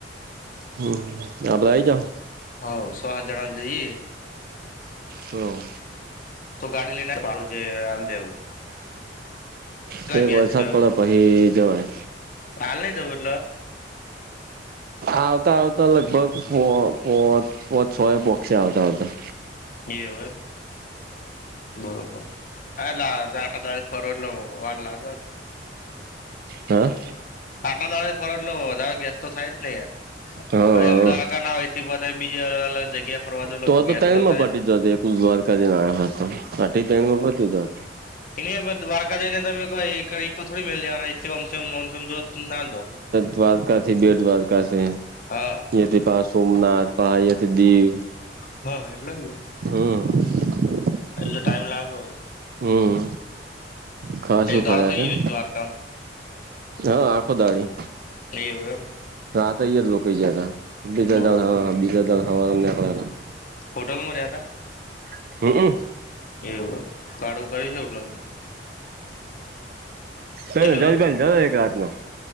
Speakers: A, on the right; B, on the left.
A: હમ આપ બધઈ જા.
B: હ સ જણા જે.
A: હા.
B: તો ગાડી લઈ નેવ
A: હ એક
B: ગેસ
A: વરસાદ
B: છે
A: પડે પછી જવાય.
B: હાલ નહી જબર
A: આવતા આવતા લગભગ પો પોચ પો છો. ય પો પ આવતા આવા
B: એવવે બરોબર કાલા દાટા દાળ ફરવલો વાર લાગલ
A: હા
B: આટલા દાથી ફોરટલો ગેસ તો થાય જ નહી
A: હા
B: પણ દ્વારકા ના હોયથી પોતે બીજી અલગ અલગ જગ્યા. ફરવા દો
A: તો તો
B: ગેસ
A: તણ માં
B: થાય
A: પટી
B: ને
A: જ એક દ્વારકાજી ના હતો આ તણ માં પટી જત
B: ઠ પણ દ્વારકા દને તો એક થોડી મી જવા કમમ નોમ જો ના જો
A: દ્વારકાથી બે દ્વારકા છે,
B: હા
A: થી. પા સોમનાથ પહડીયાથી દીવ
B: હા એટલે
A: હમ્મ
B: એટલે ટાઈમ લાગે
A: હમ ખ શું
B: એક
A: ફરા
B: દાડો થઈ
A: કેમ
B: ગયો છે દ્વારકામાં
A: હા, આખો દાડી
B: સહી હોવેયમ.
A: રાતે ય રોકી જયા ત બજા
B: બરોબર
A: હ બીજા દાક. હતા <unintelligible>
B: હોટલમાં રહ્યા
A: હતા હમ
B: ત એવ કાળું કર્યું છે હોટલ. <unintelligible>
A: ચ
B: કેટલું
A: જબ
B: હતું ભાડું
A: જ એક રાત ના. <unintelligible>